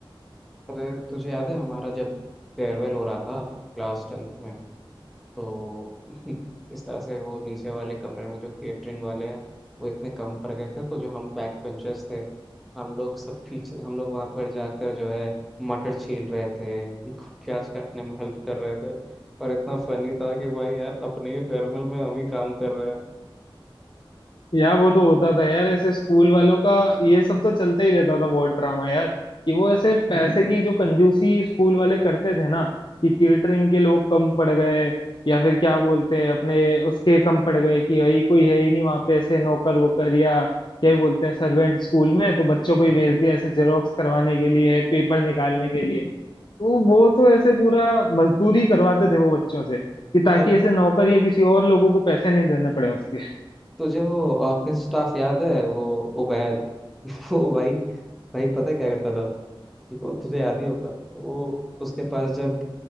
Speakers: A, in the centre; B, on the left.
A: अरे तुझे याद है हमारा जब फेयरवेल हो रहा था क्लास टेंथ में तो <laughs> इस तरह से वो नीचे वाले कमरे में जो केटरिंग वाले हैं वो इतने कम पड़ गए थे तो जो हम बैक बेंचर्स थे हम लोग सब पीछे हम लोग वहाँ पर जाकर जो है मटर छील रहे थे <laughs> प्याज काटने में हेल्प कर रहे थे और इतना फनी था कि भाई यार अपने ही फेयरवेल में हम ही काम कर रहे हैं
B: यार वो तो होता था यार ऐसे स्कूल वालों का ये सब तो चलता ही रहता था बहुत ड्रामा यार कि वो ऐसे पैसे की जो कंजूसी स्कूल वाले करते थे ना कि केटरिंग के लोग कम पड़ गए या फिर क्या बोलते हैं अपने उसके कम पड़ गए कि भाई कोई है ही नहीं वहां पे ऐसे नौकर वोकर या क्या ही बोलते हैं सर्वेंट स्कूल में तो बच्चों को ही भेज दिया ऐसे जेरोक्स करवाने के लिए पेपर निकालने के लिए तो वो तो ऐसे पूरा मजदूरी करवाते थे वो बच्चों से कि ताकि
A: यार
B: ऐसे नौकर या किसी और लोगों को पैसे नहीं देने पड़े उसके
A: तुझे वो ऑफिस स्टाफ याद है वो उबैद <laughs> वो भाई भाई पता है क्या करता था वो तुझे याद ही होगा वो उसके पास जब